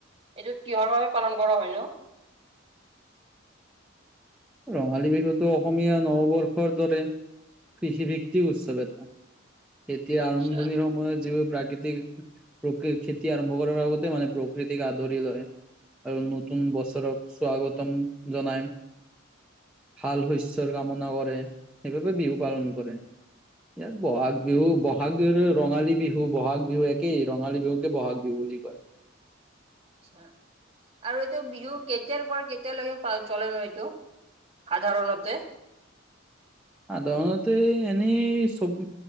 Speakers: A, on the right; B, in the centre.
A: এইটো কিহৰ বাবে পালন কৰা হয় ন?
B: ৰঙালী বিহুটো অসমীয়া নৱবৰ্ষৰ দৰে, কৃষিভিত্তি উৎসৱ এটা। খেতিৰ
A: আচ্ছা
B: আৰম্ভণিৰ সময়ত যিবোৰ প্ৰাকৃতি তিৰ, প্ৰকৃত খেতি আৰম্ভ কৰাৰ আগতে মানে প্ৰকৃতিক আদৰি লয়। আৰু নতুন বছৰক স্বাগতম জনাইম। ভাল শস্যৰ কামনা কৰে, সেইবাবে বিহু পালন কৰে। ইয়াত বহাগ বিহু, বহাগ বিহুৰ ৰঙালী বিহু বহাগ বিহু একেই ৰঙালী বিহুকে বহাগ বিহু বুলি কয়।
A: <inaudible> আৰু এইটো বিহু কেতিয়াৰ পৰা কেতিয়ালৈকে চলেনো এইটো সাধাৰণতে?
B: সাধাৰণতে এনেই চব